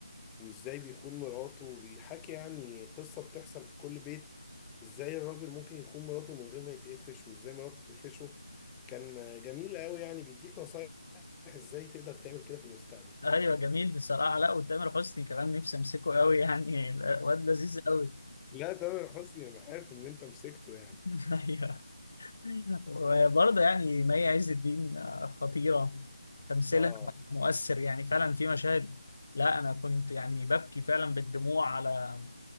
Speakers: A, in the centre; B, on the left.
A: وإزاي بيخون مراته وبيحكي يعني قصة بتحصل في كل بيت إزاي الراجل ممكن يخون مراته من غير ما يتقفش وإزاي مراته بتقفشه كان آه، جميل قوي يعني بيديك نصايح إزاي تقدر تعمل كده في المستقبل
B: ايوه جميل بصراحه لا وتامر حسني كمان نفسي امسكه قوي يعني الواد لذيذ قوي
A: لا تامر حسني انا عارف ان انت مسكته يعني
B: <laughs> ايوه وبرضه يعني مي عز الدين آه، خطيره تمثيلها
A: اه
B: مؤثر يعني فعلا في مشاهد لا انا كنت يعني ببكي فعلا بالدموع على